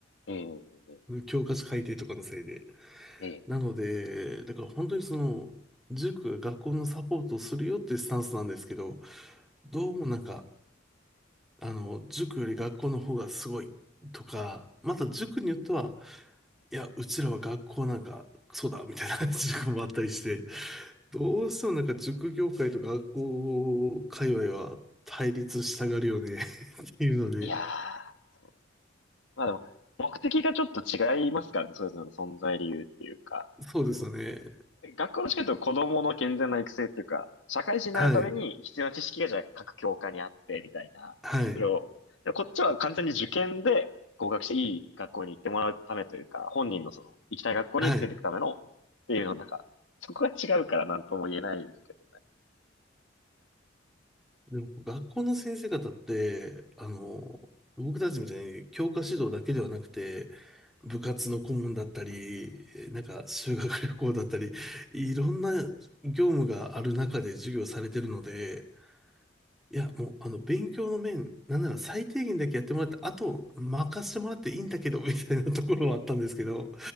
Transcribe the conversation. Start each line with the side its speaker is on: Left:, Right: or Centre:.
Left: ええ、ええ。
Centre: 教科書改定とかのせいで。
Left: ええ
Centre: なので、だから本当にその、塾が学校のサポートをするよっていうスタンスなんですけど、どうもなんか、あの、塾より学校の方がすごいとか、また塾によっては、いや、うちらは学校なんか、そうだ、みたいな <laughs> 塾もあったりして、どうしてもなんか塾業界と学校界隈は対立したがるよね。いるので、
Left: いやー、そう。まあでも、目的がちょっと違いますからね、それぞれの存在理由っていうか。
Centre: そうですよね。
Left: 学校の近くと子供の健全な育成っていうか、社会人になるために必要な知識がじゃあ各教科にあって、
Centre: はい。
Left: みたいな。
Centre: はい。
Left: それを、でもこっちは完全に受験で合格していい学校に行ってもらうためというか、本人のその、行きたい学校に連れていくための、
Centre: はい。
Left: っていうの、なんか、そこが違うからなんとも言えないですけど
Centre: でも、学校の先生方って、あの、僕たちみたいに教科指導だけではなくて、部活の顧問だったり、なんか修学旅行だったり、いろんな業務がある中で授業されてるので、いや、もう、あの、勉強の面、なんなら最低限だけやってもらって、あと、任せてもらっていいんだけど、みたいなところはあったんですけど、